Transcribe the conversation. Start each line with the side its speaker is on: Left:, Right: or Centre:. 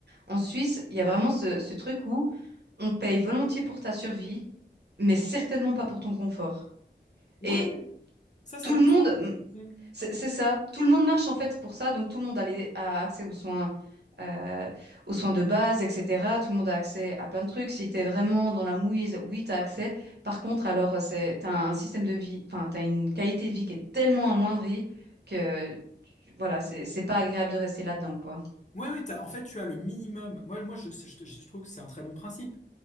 Right: en Suisse, il y a vraiment ce, ce truc où on paye volontiers pour ta survie, mais certainement pas pour ton confort.
Left: Ouais,
Right: Et
Left: ouais. ça, ça
Right: tout
Left: a du
Right: le monde,
Left: sens. Mm.
Right: c'est c'est ça. Tout le monde marche en fait pour ça, donc tout le monde a, les- a accès aux soins, euh, aux soins de base, etc. Tout le monde a accès à plein de trucs. Si tu es vraiment dans la mouise, oui, tu as accès. Par contre, alors, euh, c'est, t'as un système de vie, enfin, tu as une qualité de vie qui est tellement amoindrie que, tu- voilà, c'est c'est pas agréable de rester là-dedans, quoi.
Left: Ouais, ouais, t'as- en fait, tu as le minimum. Moi, moi je, je- je trouve que c'est un très bon principe.